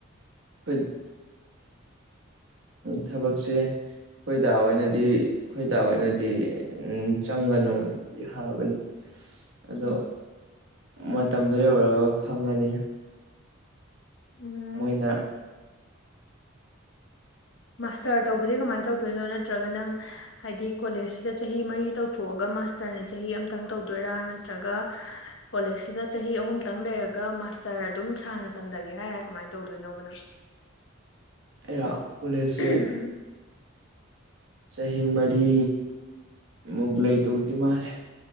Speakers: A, on the right (about 65°); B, on the left (about 65°).
A: ꯑꯩꯈꯣꯏ ꯊꯕꯛꯁꯦ ꯑꯩꯈꯣꯏꯗ ꯑꯣꯏꯅꯗꯤ ꯑꯩꯈꯣꯏꯗ ꯑꯣꯏꯅꯗꯤ ꯆꯪꯒꯅꯨ ꯍꯥꯏꯕꯅꯤ ꯑꯗꯣ
B: ꯎꯝ
A: ꯃꯇꯝꯗꯣ ꯌꯧꯔꯑꯒ ꯈꯪꯉꯅꯤ
B: ꯎꯝ
A: ꯃꯣꯏꯅ <inaudible>
B: ꯃꯥꯁꯇꯔ ꯇꯧꯕꯗꯤ ꯀꯃꯥꯏꯅ ꯇꯧꯗꯣꯏꯅꯣ ꯅꯠꯇ꯭ꯔꯒ ꯅꯪ ꯍꯥꯏꯗꯤ ꯀꯣꯂꯦꯖꯁꯤꯗ ꯆꯍꯤ ꯃꯔꯤ ꯇꯧꯊꯣꯛꯑꯒ ꯃꯥꯁꯇꯔꯅ ꯆꯍꯤ ꯑꯃꯇꯪ ꯇꯧꯗꯣꯏꯔꯥ ꯅꯠꯇ꯭ꯔꯒ ꯀꯣꯂꯦꯖꯁꯤꯗ ꯆꯍꯤ ꯑꯍꯨꯝꯇꯪ ꯂꯩꯔꯒ ꯃꯥꯁꯇꯔ ꯑꯗꯨꯝ ꯁꯥꯡꯅ ꯇꯝꯂꯒꯦ ꯍꯥꯏꯔ ꯀꯃꯥꯏꯅ ꯇꯧꯗꯣꯏꯅꯣꯕꯅ <unintelligible>
A: ꯑꯦꯔ ꯀꯂꯦꯖ
B: ꯎꯝ
A: ꯆꯍꯤ ꯃꯔꯤ ꯃꯨꯛ ꯂꯩꯇꯧꯗꯤ ꯃꯥꯜꯂꯦ